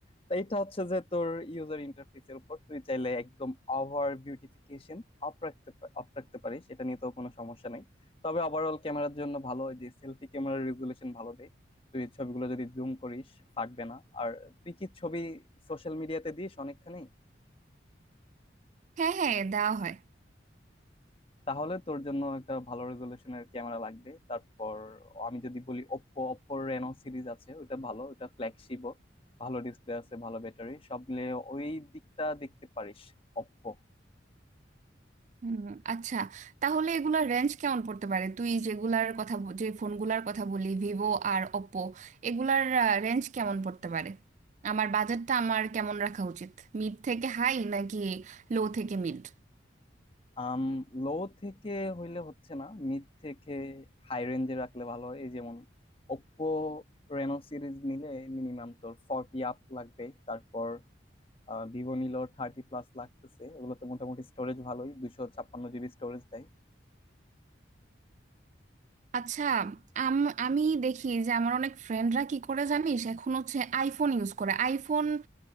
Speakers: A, on the left (about 30°); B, on the right (about 40°).
A: তাই এটা হচ্ছে যে তোর ইউজার ইন্টারফেসের উপর তুই চাইলে একদম ওভার বিউটিফিকেশন অফ রাখতে পা- off রাখতে পারিস এটা নিয়ে তো কোনো সমস্যা নাই তবে ওভারঅল ক্যামেরার জন্য ভালো ওই যে সেলফি ক্যামেরার রেজুলেশন ভালো দেয় তুই ছবিগুলো যদি জুম করিস ফাটবে না আর তুই কি ছবি সোশ্যাল মিডিয়াতে দিস অনেকখানি
B: হ্যাঁ হ্যাঁ দেওয়া হয়
A: তাহলে তোর জন্য একটা ভালো রেজলিউশনের ক্যামেরা লাগবে তারপর আমি যদি বলি ওপ্পো ওপ্পোর রেনো সিরিজ আছে ওটা ভালো ওটা ফ্ল্যাগশিপও ভালো ডিসপ্লে আছে ভালো ব্যাটারি সব মিলে ওই দিকটা দেখতে পারিস ওপ্পো
B: হুম, আচ্ছা তাহলে এগুলার রেঞ্জ কেমন পড়তে পারে তুই যেগুলার কথা ব- যে ফোনগুলার কথা বলি ভিভো আর ওপ্পো এগুলার রেঞ্জ কেমন পড়তে পারে আমার বাজেটটা আমার কেমন রাখা উচিত মিড থেকে হাই নাকি লো থেকে মিড
A: আম লো থেকে হইলে হচ্ছে না মিড থেকে হাই রেঞ্জে রাখলে ভালো হয় এই যেমন ওপ্পো রেনো সিরিজ নিলে মিনিমাম তোর ফর্টি আপ লাগবে তারপর ভিভো নিলো থার্টি প্লাস লাগতেছে ওগুলোতে মোটামুটি স্টোরেজ ভালোই দুশো ছাপ্পান্ন জিবি স্টোরেজ দেয়
B: আচ্ছা আম আমি দেখি যে আমার অনেক ফ্রেন্ডরা কি করে জানিস এখন হচ্ছে আইফোন ইউজ করে আইফোন